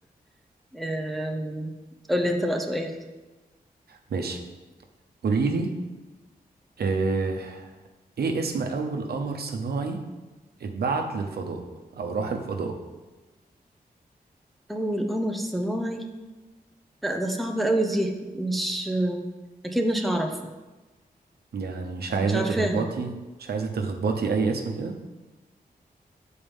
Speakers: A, in the centre; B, on the right (about 80°).
A: آم، قول لي انت بقى سؤال
B: ماشي قوليلي أه إيه اسم أول قمر صناعي اتبعت للفضاء أو راح الفضاء
A: اول قمر صناعي لا ده صعب قوي دي مش اكيد مش هعرف
B: يعني مش عايزة
A: مش عارفاها
B: تخبطي مش عايزة تخبطي أي اسم كده